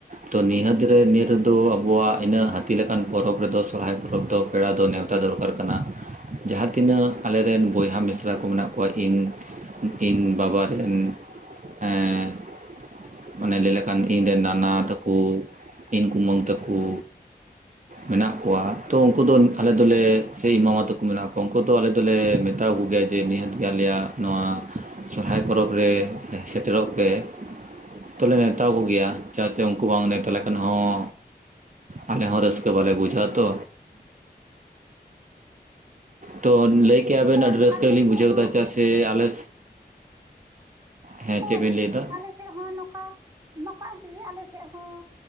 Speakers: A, on the right; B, on the right.
A: ᱛᱚ ᱱᱤᱦᱟᱹᱛ ᱨᱮ ᱱᱤᱭᱟᱹ ᱨᱮᱫᱚ ᱟᱵᱚᱣᱟᱜ ᱤᱱᱟᱹ ᱦᱟᱹᱛᱤ ᱞᱮᱠᱟᱱ ᱯᱚᱨᱚᱵᱽ ᱨᱮᱫᱚ ᱥᱚᱨᱦᱟᱭ ᱯᱚᱨᱚᱵᱽ ᱫᱚ ᱯᱮᱲᱟ ᱫᱚ ᱱᱮᱣ ᱛᱟ ᱫᱚᱨᱠᱟᱨ ᱠᱟᱱᱟ ᱡᱟᱦᱟᱸ ᱛᱤᱱᱟᱹᱜ ᱟᱞᱮᱨᱮᱱ ᱵᱚᱭᱦᱟ ᱢᱤᱥᱨᱟ ᱠᱚ ᱢᱮᱱᱟᱜ ᱠᱚᱣᱟ ᱤᱧ ᱤᱧ ᱵᱟᱵᱟ ᱨᱮᱱ ᱮᱸᱻ ᱢᱟᱱᱮ ᱞᱟᱹᱭ ᱞᱮᱠᱷᱟᱱ ᱤᱧ ᱨᱮᱱ ᱱᱟᱱᱟ ᱛᱟᱠᱩ ᱤᱧ ᱠᱩᱢᱟᱹᱝ ᱛᱟᱠᱩ ᱢᱮᱱᱟᱜ ᱠᱚᱣᱟ ᱛᱚ ᱩᱱᱠᱩ ᱫᱚ ᱟᱞᱮ ᱫᱚᱞᱮ ᱥᱮ ᱤᱧ ᱢᱟᱢᱟ ᱛᱟᱠᱩ ᱢᱮᱱᱟᱜ ᱠᱚᱣᱟ ᱩᱱᱠᱩ ᱫᱚ ᱟᱞᱮ ᱫᱚᱞᱮ ᱢᱮᱛᱟᱣ ᱠᱚᱜᱮᱭᱟ ᱡᱮ ᱱᱤᱦᱟᱹᱛ ᱜᱮ ᱟᱞᱮᱭᱟᱜ ᱱᱚᱣᱟ ᱥᱚᱨᱦᱟᱭ ᱯᱚᱨᱚᱵᱽ ᱨᱮ ᱦᱮᱡ ᱥᱮᱴᱮᱨᱚᱜ ᱯᱮ ᱫᱚᱞᱮ ᱱᱮᱣᱛᱟ ᱠᱚᱜᱮᱭᱟ ᱪᱮᱫᱟᱜ ᱥᱮ ᱩᱝᱠᱩ ᱵᱟᱝ ᱱᱮᱣᱛᱟ ᱞᱮᱠᱷᱟᱱ ᱦᱚᱸ ᱟᱞᱮ ᱦᱚᱸ ᱨᱥᱠᱟ ᱵᱟᱞᱮ ᱵᱩᱡᱷᱟᱣᱟ ᱛᱚ ᱛᱚ ᱞᱟᱹᱭ ᱠᱮᱟ ᱵᱮᱱ
B: ᱦᱳᱭ
A: ᱟᱹᱰᱤ ᱨᱟᱹᱥᱠᱟᱹ
B: ᱟᱞᱮ
A: ᱞᱤᱧ
B: ᱥᱮᱫ
A: ᱵᱩᱡᱷᱟᱹᱣ
B: ᱦᱚᱸ
A: ᱫᱟ ᱪᱮᱫᱟᱜ ᱥᱮ ᱟᱞᱮ ᱦᱮᱸ
B: ᱦᱳᱭ
A: ᱪᱮᱫ ᱵᱮᱱ ᱞᱟᱹᱭ ᱮᱫᱟ
B: ᱟᱞᱮ ᱥᱮᱫ ᱦᱚᱸ ᱱᱚᱠᱟ ᱱᱚᱠᱟ ᱜᱮ ᱟᱞᱮ ᱥᱮᱫ ᱦᱚᱸ